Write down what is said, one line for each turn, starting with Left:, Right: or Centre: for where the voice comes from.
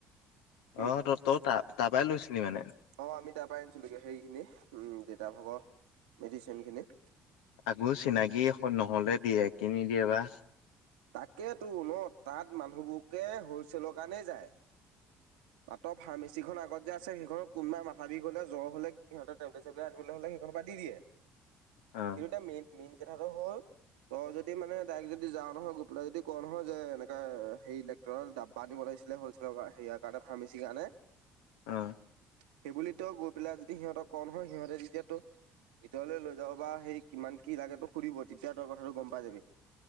Right: কি
Left: অ ত তই ত তাৰপৰা লৈছিলি মানে।
Right: অ আমি তাৰ পৰা আনিছিলোে হেৰি খিনি উ দেতা ভাগৰ মেডিচিন খিনি।
Left: তাকো চিনাকি এ নহলে দিয়ে কি নিদিয়ে বা।
Right: তাকে তো ন তাত মানুহবোৰকে হ'লচেলৰ কাৰণেই যায়।
Left: <inaudible>
Right: মাতৰ ফাৰ্মাচি খ আগত যে আছে সেইখনত কোনোবা মাথা বিষ হ'লে জ্ব হ'লে সিহঁতৰ টেবলেট। আনিবলৈ হ'লে সেইখন দি দিয়ে।
Left: অ।
Right: কিন্তু মেইন মেইন কথাটো হ'ল তই যদি মানে ডাইৰেক্ট যদি যাৱও নহয়। তই যদি কওঁ নহয় যে এনেকৈ সেই ইলেক্ট্ৰিকল ডাব্বা নিব লাগিছিলে হ'লচেলৰ সেয়াক। তাতে ফাৰ্মাচিৰ কাৰণে।
Left: অ।
Right: সেইবুলি তই গৈ পেলাই যদি সিহঁতৰ ক নহয় সিহঁতে তেতিয়াতো। ভিতৰলৈ লৈ যাব বা সেই কিমান কি লাগে তো সুধিব তেতিয়া তই কথাটো গম পাই যাবি।